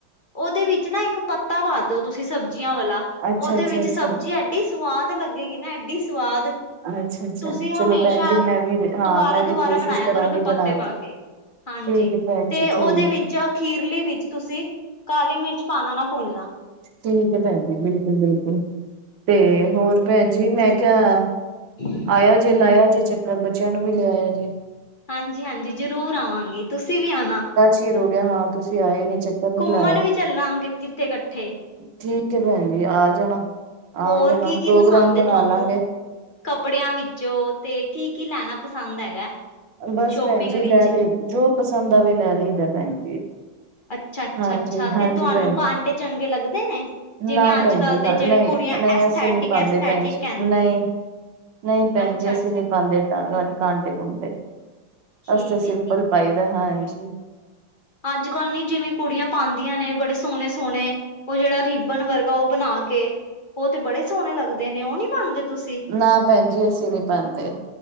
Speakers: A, on the left; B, on the right.
A: ਉਹਦੇ ਵਿੱਚ ਨਾ ਇੱਕ ਪੱਤਾ ਪਾ ਦੋ ਤੁਸੀਂ ਸਬਜ਼ੀਆਂ ਵਾਲਾ,
B: ਅੱਛਾ
A: ਉਹਦੇ
B: ਅੱਛਾ
A: ਵਿੱਚ
B: ਅੱਛਾ
A: ਸਬਜਿਆਂ ਐ ਸਵਾਦ ਲੱਗੇਗੀ ਨਾ, ਐਡੀ ਸਵਾਦ।
B: ਅੱਛਾ ਅੱਛਾ
A: ਤੁਸੀਂ
B: ਚਲੋ
A: ਹਮੇਸ਼ਾ
B: ਭੈਣ ਜੀ ਮੈਂ ਵੀ ਹਾਂ
A: ਦੁਬਾਰਾ
B: ਮੈਂ
A: ਦੁਬਾਰਾ
B: ਵੀ ਕੋਸ਼ਿਸ਼
A: ਬਣਾਇਆ
B: ਕਰਾਂਗੀ
A: ਕਰੋਗੇ, ਪੱਤੇ
B: ਬਣਾਉਣ
A: ਪਾ
B: ਦੀ।
A: ਕੇ। ਹਾਂਜੀ,
B: ਠੀਕ ਹੈ ਭੈਣ
A: ਤੇ
B: ਜੀ ਠੀਕ
A: ਉਹਦੇ ਵਿੱਚ ਖੀਰਲੀ ਵਿੱਚ ਤੁਸੀਂ ਕਾਲੀ ਮਿਰਚ ਪਾਣਾ ਨਾ ਭੁੰਲਣਾ।
B: ਠੀਕ ਹੈ ਭੈਣ ਜੀ ਬਿਲਕੁਲ ਬਿਲਕੁਲ, ਤੇ ਹੋਰ ਭੈਣ ਜੀ ਮੈਂ ਕਿਹਾ
A: ਹਾਂ <inaudible>
B: ਆਇਆ ਜੇ, ਲਾਇਆ ਜੇ ਚੱਕਰ, ਬੱਚਿਆਂ ਨੂੰ ਵੀ ਲਿਆਇਆ ਜੇ।
A: ਹਾਂਜੀ ਹਾਂਜੀ, ਜ਼ਰੂਰ ਆਵਾਂਗੀ, ਤੁਸੀਂ ਵੀ ਆਣਾ।
B: ਚੀਰ ਰੋ ਗਿਆ, ਹਾਂ ਤੁਸੀਂ ਆਏ ਨੀ। ਨੀ
A: ਘੁੰਮਣ
B: ਲਾਇਆ।
A: ਵੀ ਚੱਲਾਂਗੇ, ਕਿੱਥੇ ਇਕੱਠੇ।
B: ਠੀਕ ਹੈ ਭੈਣ ਜੀ ਆ ਜਾਣਾ, ਆ
A: ਹੋਰ
B: ਜਾਣਾ,
A: ਕੀ ਕੀ
B: ਪ੍ਰੋਗਰਾਮ
A: ਪਸੰਦ
B: ਬਣਾ
A: ਹੈ ਤੁਹਾਨੂੰ
B: ਲਾਂਗੇ।
A: ਕੱਪੜਿਆਂ ਵਿੱਚੋਂ, ਤੇ ਕੀ ਕੀ ਲੈਣਾ ਪਸੰਦ ਹੈਗਾ।
B: ਬਸ
A: ਸ਼ੋਪਿੰਗ
B: ਭੈਣ ਜੀ ਲੈ
A: ਵਿੱਚ?
B: ਲਈ, ਜੋ ਪਸੰਦ ਆਵੇ ਲੈ ਲਈਦਾ ਭੈਣ ਜੀ।
A: ਅੱਛਾ, ਅੱਛਾ,
B: ਹਾਂਜੀ
A: ਅੱਛਾ ਤੇ
B: ਹਾਂਜੀ
A: ਤੁਹਾਨੂੰ
B: ਭੈਣ
A: ਕਾਂਟੇ
B: ਜੀ
A: ਚੰਗੇ ਲੱਗਦੇ ਨੇ। ਜਿਵੇਂ
B: ਨਾ
A: ਅੱਜ
B: ਭੈਣ
A: ਕਲ
B: ਜੀ ਨਾ
A: ਦੇ ਜਿਹੜੀ
B: ਨਹੀਂ
A: ਕੁੜੀਆਂ,
B: ਨਹੀਂ
A: ਅਸਥੈਟਿਕ
B: ਅਸੀਂ ਨਹੀਂ ਪਾਉਂਦੇ
A: ਅਸਥੈਟਿਕ
B: ਭੈਣ ਜੀ
A: ਕਹਿੰਦੀ
B: ਨਹੀਂ
A: ਏ।
B: ਨਹੀਂ ਭੈਣ
A: ਅੱਛਾ-ਅੱਛਾ
B: ਜੀ, ਅਸੀਂ ਨੀ ਪਾਉਦੇ ਕਾਂਟੇ ਕੁੰਟੇ।
A: ਠੀਕ
B: ਅਸ ਸਿੰਪਲ
A: ਏ ਠੀਕ
B: ਪਾਈਦਾ ਹਾਂਜੀ।
A: ਅੱਜ ਕੱਲ ਨੀ ਜਿਵੇਂ ਕੁੜੀਆਂ ਪਾਉਂਦੀਆਂ ਨੇ, ਬੜੇ ਸੋਹਣੇ ਸੋਹਣੇ ਉਹ ਜਿਹੜਾ ਰੀਬਨ ਵਰਗਾ ਉਹ ਬਣਾ ਕੇ, ਉਹ ਤੇ ਬੜੇ ਸੋਹਣੇ ਲੱਗਦੇ ਨੇ, ਉਹ ਨੀ ਪਾਂਦੇ। ਤੁਸੀਂ?
B: ਨਾ ਭੈਣ ਜੀ ਅਸੀਂ ਨੀ ਪਾਉਂਦੇ,